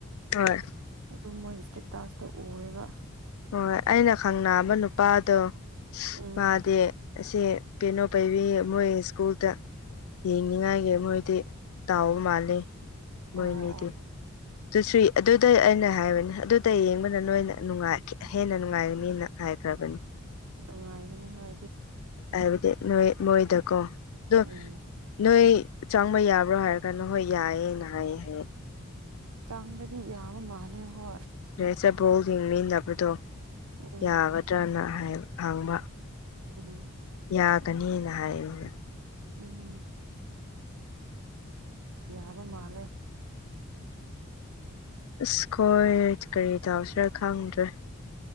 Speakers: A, on the left; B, on the right.
A: ꯍꯣꯏ
B: ꯑꯗꯨꯝ ꯃꯣꯏꯒꯤꯁꯇꯦ ꯇꯥꯁꯇ ꯑꯣꯏꯕ
A: ꯍꯣꯏꯣꯏ ꯑꯩꯅ ꯈꯪꯅꯕ ꯅꯨꯄꯥꯗꯣ
B: ꯎꯝ
A: ꯃꯥꯗꯤ ꯑꯁꯤ ꯄꯩꯅꯣ ꯄꯥꯏꯕꯤ ꯃ ꯏꯁꯀꯨꯜ ꯇ ꯌꯦꯡꯅꯤꯡꯉꯥꯏꯒꯤ ꯃꯣꯏꯗꯤ ꯇꯥꯎꯕ ꯃꯥꯂꯦ ꯃꯣꯏꯅꯤꯗꯤ
B: ꯑꯣ ꯑꯣ
A: ꯇ ꯊ꯭ꯔꯤ ꯑꯗꯨꯗ ꯑꯩꯅ ꯍꯥꯏꯕꯅꯦ ꯑꯗꯨꯗ ꯌꯦꯡꯕꯅ ꯅꯣꯏꯅ ꯅꯨꯡꯉꯥꯏꯈꯤ ꯍꯦꯟꯅ ꯅꯨꯡꯉꯥꯏꯔꯅꯤꯅ ꯍꯥꯏꯈ꯭ꯔꯕꯅꯤ
B: ꯎꯥꯏꯈꯅꯤ ꯍ
A: ꯍꯥꯏꯕꯗꯤ ꯅꯣꯏ ꯃꯣꯏꯗꯀꯣ ꯑꯗꯣ
B: ꯎꯝ
A: ꯅꯣꯏ ꯆꯪꯕ ꯌꯥꯕ꯭ꯔꯣ ꯍꯥꯏꯔ ꯀꯥꯟꯗ ꯍꯣꯏ ꯌꯥꯏꯌꯦ ꯅꯥꯏꯌꯦ ꯍꯥꯏꯌꯦ
B: ꯆꯥꯡꯕꯗꯤ ꯌꯥꯕ ꯃꯥꯜꯂꯦ ꯍꯣꯏ
A: ꯔꯦ ꯆꯕꯣꯜ ꯌꯦꯡꯃꯤꯟꯅꯕꯗꯣ
B: ꯎꯝ
A: ꯌꯥꯒꯗ꯭ꯔꯅ ꯍꯥꯡꯕ
B: ꯎꯝ
A: ꯌꯥꯒꯅꯤꯅ ꯍꯥꯏꯌꯦ
B: ꯎꯝ ꯌꯥꯕ ꯃꯥꯂꯦ
A: ꯑꯁ ꯈꯣꯏ ꯀꯔꯤ ꯇꯧꯁꯤꯔꯥ ꯈꯪꯗ꯭ꯔꯦ